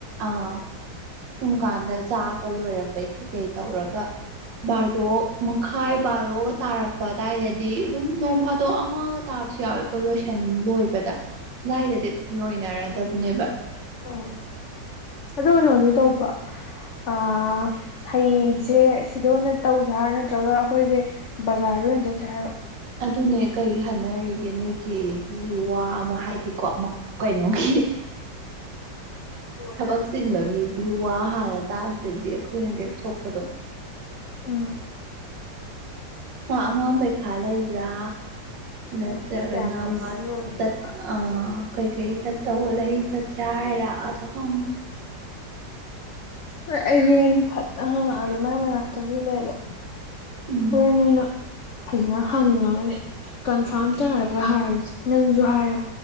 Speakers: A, on the right; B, on the left.
A: ꯑꯥ ꯁꯨꯝ ꯀꯥꯟꯗ ꯆꯥꯕ ꯂꯣꯏꯔꯛꯄꯩ ꯀꯩ ꯀꯩ ꯇꯧꯔꯒ ꯕꯥꯔꯣ ꯃꯈꯥꯏ ꯕꯥꯔꯣꯒ ꯇꯥꯔꯛꯄ ꯑꯗꯥꯏꯗꯗꯤ ꯑꯗꯨꯝ ꯅꯣꯡ ꯐꯥꯗꯣꯛ ꯑꯃꯒ ꯇꯥꯕꯁꯨ ꯌꯥꯎꯋꯦꯀꯣ ꯂꯣꯏꯁꯟ ꯂꯣꯏꯕꯗ ꯑꯗꯨꯋꯥꯏꯗꯗꯤ ꯑꯗꯨꯝ ꯂꯣꯏꯅꯔꯗꯕꯅꯦꯕ
B: ꯑꯣ ꯑꯗꯨ ꯀꯩꯅꯣꯗꯤ ꯇꯧꯕ꯭ꯔꯣ ꯑ ꯍꯌꯦꯡꯒꯤꯁꯦ ꯁꯤꯗ ꯑꯣꯏꯅ ꯇꯧꯁꯦ ꯍꯥꯏꯔꯣ ꯅꯠꯇ꯭ꯔꯒ ꯑꯩꯈꯣꯏꯁꯦ ꯕꯖꯥꯔꯗ ꯑꯣꯏꯅ ꯆꯠꯁꯦ ꯍꯥꯏꯔꯣ
A: ꯑꯗꯨꯅꯦ ꯀꯔꯤ ꯍꯥꯏꯅꯔꯤꯒꯦ ꯅꯣꯏꯆꯦꯒꯤ ꯋꯥ ꯑꯃ ꯍꯥꯏꯗꯤꯀꯣ ꯑꯃ ꯀꯩꯅꯣꯒꯤ
B: <inaudible> ꯖꯨ ꯑꯣꯏꯅ
A: ꯊꯕꯛ ꯆꯤꯟꯕ ꯃꯤꯁꯤ ꯋꯥ ꯍꯥꯟꯅ ꯇꯥꯗ꯭ꯔꯗꯤ ꯑꯩꯈꯣꯏꯅ ꯂꯦꯞꯊꯣꯛꯄꯗꯣ
B: ꯎꯝ
A: ꯃꯥ ꯑꯉꯥꯡ ꯄꯩꯈꯥ ꯂꯩꯕ꯭ꯔꯥ ꯅ ꯆꯠ ꯀꯅ
B: ꯌꯥꯝ ꯕꯤꯖꯤ
A: ꯑꯃ
B: ꯑꯣꯏꯕꯅꯦ
A: ꯆꯠ
B: ꯃꯥ
A: ꯀꯩꯀꯩ ꯆꯠꯇꯧ ꯂꯩ ꯆꯠꯁꯦ ꯍꯥꯏꯔ ꯑꯗꯣ ꯍꯪꯑꯣ
B: ꯍꯣꯏ ꯑꯩ ꯍꯣꯔꯦꯟ ꯐꯖꯅ ꯍꯪꯉꯛꯑꯒꯦ ꯃꯥꯏ ꯃꯅꯥꯛꯇꯥꯕꯨꯗꯤ ꯂꯩꯌꯦꯕꯥ
A: ꯎꯝ
B: ꯍꯣꯔꯦꯟ ꯑꯣꯏꯅ ꯐꯖꯅ ꯍꯪꯉꯒꯅꯦ ꯀꯟꯐꯥꯔꯝ ꯇꯥꯔꯒ ꯍꯥꯏꯔꯁꯦ ꯅꯪꯁꯨ ꯍꯥꯏꯌꯣ